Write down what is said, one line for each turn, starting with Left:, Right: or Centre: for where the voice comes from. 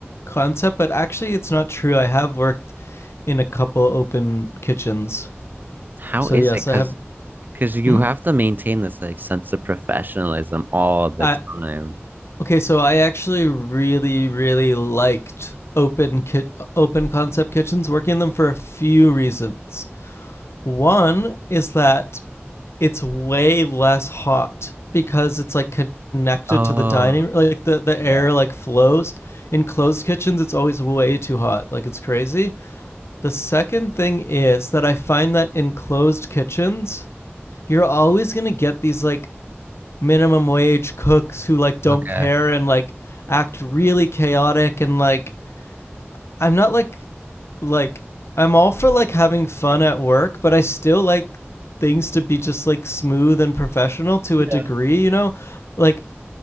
Left: concept. But actually, it's not true. I have worked in a couple open kitchens.
Right: How
Left: So
Right: is
Left: yes,
Right: it? Because
Left: I have.
Right: Because you
Left: Mhm.
Right: have to maintain this like sense of professionalism all the
Left: I
Right: time.
Left: Okay, so I actually really, really liked open ki- open concept kitchens, working in them for a few reasons. One is that it's way less hot because it's like connected
Right: Oh,
Left: to the dining like the, the air
Right: yeah.
Left: like flows in closed kitchens it's always way too hot like it's crazy the second thing is that i find that in closed kitchens you're always going to get these like minimum wage cooks who like don't
Right: Okay.
Left: care and like act really chaotic and like I'm not like like I'm all for like having fun at work, but I still like things to be just like smooth and professional to
Right: Yeah.
Left: a degree, you know? Like